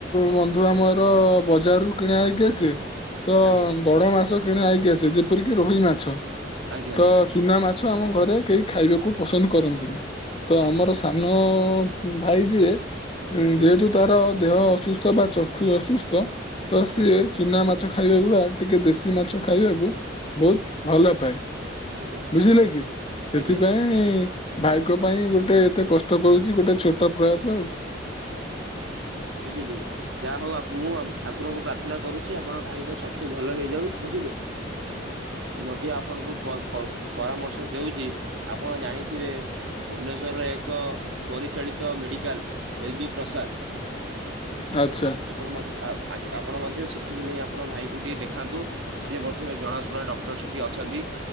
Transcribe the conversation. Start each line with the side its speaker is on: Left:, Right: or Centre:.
Left: ବନ୍ଧୁ ଆମର ବଜାରରୁୁ କିଣା ହେଇକି ଆସେ ତ
Right: ଆଜ୍ଞା
Left: ବଡ ମାସ କିଣାହେଇକି ଆସେ ଯେପରିକି ରୋହି ମାଛ
Right: ଆଜ୍ଞା
Left: ତ ଚୁନା ମା ଛ ଆମ ଘରେ କେହି ଖାଇବାକୁ ପସନ୍ଦ କରନ୍ତିନି ତ
Right: ଆଜ୍ଞା
Left: ଆମର ସାନ ଭାଇ ଯିଏ
Right: ଆଜ୍ଞା
Left: ଯେହେତୁ ତାର ଦେହ ଅସୁସ୍ଥ ବା ଚକ୍ଷୁ ଅସୁସ୍ଥ ତ ସିଏ
Right: ଆଜ୍ଞା
Left: ଚୁନା ମାଛ ଖାଇବାକୁ ବା ଟିକେ ଦେଶୀ ମାଛ ଖାଇବାକୁ ବହୁତ ଭଲ ପାଏ।
Right: ଆଜ୍ଞା
Left: ବୁଝିଲେ କି ସେଥିପାଇଁ
Right: ଆଜ୍ଞା
Left: ଭାଇକ ପାଇଁ ଗୋ ଟେ ଏତେ କଷ୍ଟ କରୁଚି ଗୋଟେ ଛୋଟ ପ୍ରୟାସ ଆଉ।
Right: ବୁଝିଲି ଯାହା ହଉ ଆ ମୁଁ ଠାକୁରଙ୍କୁ ପ୍ରାର୍ଥନା କରୁଛି ଆପଣ ଭାଇଙ୍କ ଚକ୍ଷୁ ଭଲ ହେଇଯାଉ ବୁଝିଲେ।
Left: ହ
Right: ମଧ୍ୟ ଆପଣଙ୍କୁ ପ-ପ-ପରାମର୍ଶ ଦେଉଚି ଆପଣ ଜାଣିଥିବେ ଭୁବନେଶ୍ଵରରେ ଏକ ପରିଚାଳିତ ମେଡିକାଲ ଏଲ ବି ପ୍ରାସାଦ
Left: ଆଚ୍ଛା
Right: ଆପଣ ମ-ଆ-ଆଗେ-ଆପଣ ମଧ୍ଯ ସେଠିକି ନେଇ ଆ ଆପଣ ଭାଇକୁ ଟିକେ ଦେଖାନ୍ତୁ ସିଏ ମଧ୍ୟ ଜଣାଶୁଣା ଡକ୍ଟର ସେଠି ଅଛନ୍ତି।